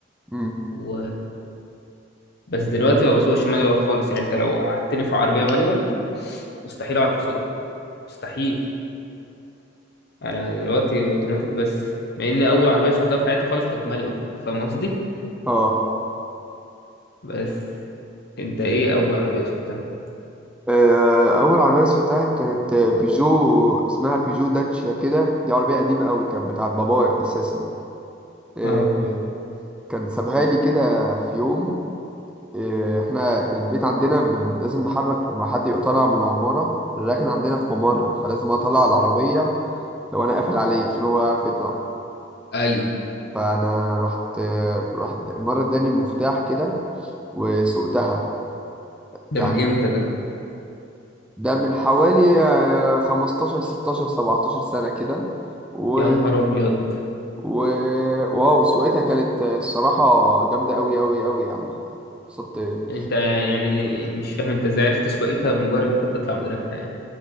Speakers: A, in the centre; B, on the left.
A: امم
B: و بس دلوقتي ما بسوقش مانيوال خالص يعني أنت لو قعدتني في عربية مانيوال مستحيل أعرف أسوقها مستحيل أنا دلوقتي أوتوماتيك بس مع إن أول عربية سوقتها في حياتي خالص كانت مانيوال أنت فاهم قصدي
A: اه
B: بس أنت إيه أول عربية سوقتها؟
A: آه، اول عربية سوقتها كانت آه، بيجو اسمها بيجو داتشيا كده دي عربية قديمة قوي كانت بتاعت بابايا اساسا آه،
B: اه
A: آه، كان سابها لي كده في يوم إيه، احنا البيت عندنا بن... لازم نحرك لما حد يبقى طالع من العمارة الراكن عندنا في ممر فلازم اطلع العربية لو انا قافل عليه عشان هو يعرف يطلع
B: ايوه
A: فانا رحت رحت مرة اداني المفتاح كده وسوقتها
B: ده
A: يعني
B: من امتى ده
A: ده من حوالي آه، 15 16 17 سنة كده و...
B: يا نهار ابيض
A: و... واو سوقتها كانت الصراحة جامدة أوي أوي أوي يعني اتبسطت
B: انت يعني مش فاهم انت ازاي عرفت سواقتها بمجرد انت بتطلع من ركنه يعني